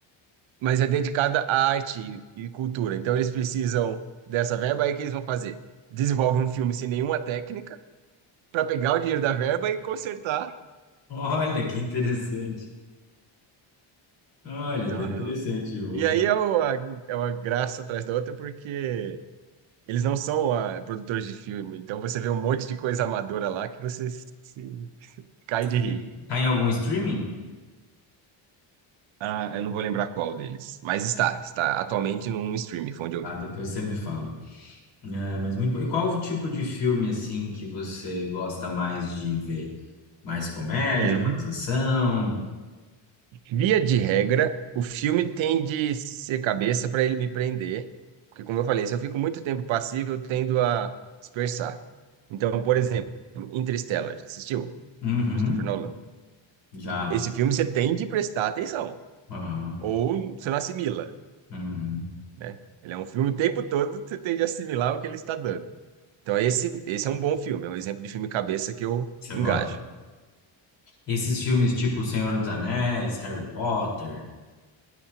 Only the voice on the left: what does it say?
Olha, que interessante. Olha,
é interessante.
Vou...
E tá em algum streaming?
Ah,
depois você me fala. É, mas muito. bom. E qual o tipo de filme assim que você gosta mais de ver? Mais comédia,
mais ação?
Uhum.
Já.
Aham.
Uhum.
Você
gosta? Esses filmes tipo Senhor dos Anéis, Harry Potter,